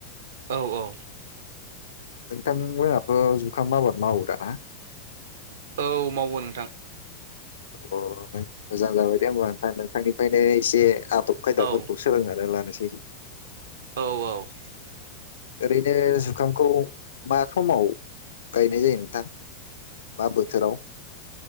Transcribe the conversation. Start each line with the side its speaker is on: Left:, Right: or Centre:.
Right: औ औ
Left: नोंथांमोनाथ' जुखाम आबाद मावो दाना।
Right: औ मावो नोंथां।
Left: अ मोजां जाबाय दे होमबा नोंथां नोंथांनिफ्रायनो एसे आदब खायदाफोरखौ
Right: औ
Left: सोलोंनानै लानोसै।
Right: औ औ।
Left: ओरैनो जुखामखौ मा समाव गायनाय जायो नोंथां? बा बोथोराव?